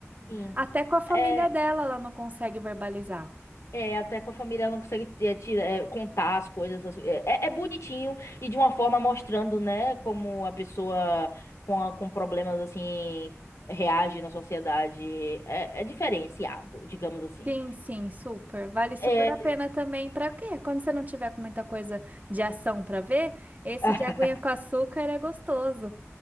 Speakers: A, on the left; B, on the right.
A: Sim.
B: Até com a família
A: É,
B: dela ela não consegue verbalizar.
A: É, até com a família ela não consegue é, tirar, é, contar as coisas. assim. É, é- é bonitinho e de uma forma mostrando, né, como a pessoa com, a- com problemas assim reage na sociedade. É, é diferenciado, digamos assim.
B: Sim, sim, super. Vale super
A: É,
B: a pena também para quê? Quando você não tiver com muita coisa de ação para ver, esse
A: <laughs>
B: de aguinha com açúcar é gostoso.